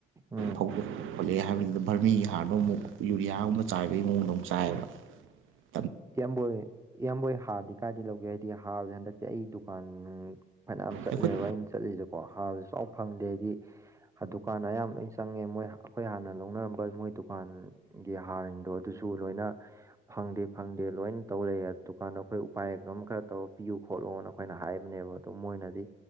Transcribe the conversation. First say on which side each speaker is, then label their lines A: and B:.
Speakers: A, on the right (about 15°); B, on the right (about 85°).
A: ꯎꯝ
B: ꯍꯧꯗꯣꯛ ꯈꯣꯠꯂꯛꯑꯦ ꯍꯥꯏꯕꯗꯨꯗ ꯚꯔꯃꯤꯒꯤ ꯍꯥꯔꯗꯣ ꯑꯃꯨꯛ ꯌꯨꯔꯤꯌꯥꯒꯨꯝꯕ ꯆꯥꯏꯕꯒꯤ ꯃꯑꯣꯡꯗꯣꯨꯛ ꯆꯥꯏꯑꯕ <inaudible>
A: ꯏꯌꯥꯝꯕꯣꯏ ꯏꯌꯥꯝꯕꯣꯏ ꯍꯥꯔꯗꯤ ꯀꯥꯏꯗꯤ ꯂꯧꯒꯦ ꯍꯥꯏꯗꯤ ꯍꯥꯔꯁꯦ ꯍꯟꯗꯛꯁꯦ ꯑꯩ ꯗꯨꯀꯥꯟ ꯐꯅꯝ ꯆꯠꯂꯦꯕ
B: ꯑꯩꯈꯣꯏ
A: ꯑꯩꯅ ꯆꯠꯂꯤꯁꯦꯀꯣ ꯍꯥꯔꯁꯨ ꯆꯥꯎ ꯐꯪꯗꯦ ꯍꯥꯏꯗꯤ ꯗꯨꯀꯥꯟ ꯑꯌꯥꯝ ꯂꯣꯏ ꯆꯪꯉꯦ ꯃꯣꯏ ꯑꯩꯈꯣꯏ ꯍꯥꯟꯅ ꯂꯧꯅꯔꯝꯕ ꯃꯣꯏ ꯗꯨꯀꯥꯟ ꯒꯤ ꯍꯥꯔꯁꯤꯡꯗꯣ ꯑꯗꯨꯁꯨ ꯂꯣꯏꯅ ꯐꯪꯗꯦ ꯐꯪꯗꯦ ꯂꯣꯏꯅ ꯇꯧ ꯂꯩ ꯗꯨꯀꯥꯟꯗꯣ ꯑꯩꯈꯣꯏ ꯎꯄꯥꯏ ꯑꯃ ꯈꯔ ꯇꯧꯔ ꯄꯤꯌꯨ ꯈꯣꯠꯂꯨꯅ ꯑꯩꯈꯣꯏꯅ ꯍꯥꯏꯕꯅꯦꯕ ꯑꯣ ꯃꯣꯏꯅꯗꯤ